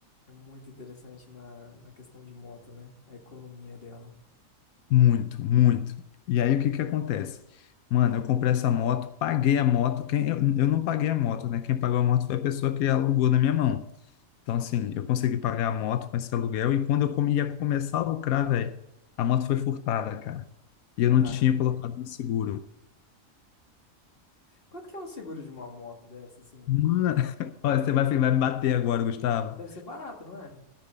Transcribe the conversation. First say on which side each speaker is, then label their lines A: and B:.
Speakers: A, on the left (about 40°); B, on the left (about 85°).
A: é muito interessante na, na questão de moto, né? A economia dela.
B: muito, muito. E aí o que que acontece? Mano, eu comprei essa moto, paguei a moto, quem eu, eu não paguei a moto, né? Quem pagou a moto foi a pessoa que alugou na minha mão. Então, assim, eu consegui pagar a moto com esse aluguel e quando eu come- ia começar a lucrar, velho, a moto foi furtada, cara. E eu
A: Cara,
B: não tinha colocado no seguro.
A: quanto que é um seguro de uma moto dessa, assim?
B: Mano, <laughs> olha, você vai, vai me bater agora, Gustavo.
A: Deve ser barato, não é?